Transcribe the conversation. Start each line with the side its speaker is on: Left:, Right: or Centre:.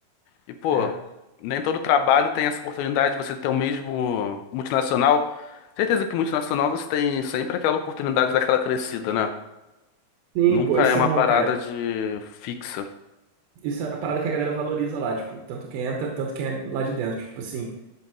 Left: E, pô,
Right: É.
Left: nem todo trabalho tem essa oportunidade de você ter o mesmo multinacional. Certeza que multinacional você tem sempre aquela oportunidade daquela crescida, né?
Right: Sim,
Left: Nunca
Right: pô, isso
Left: é uma
Right: é bom,
Left: parada
Right: cara.
Left: de fixa.
Right: Isso é a parada que a galera valoriza lá, tipo, tanto quem entra, tanto quem é lá de dentro. Tipo assim,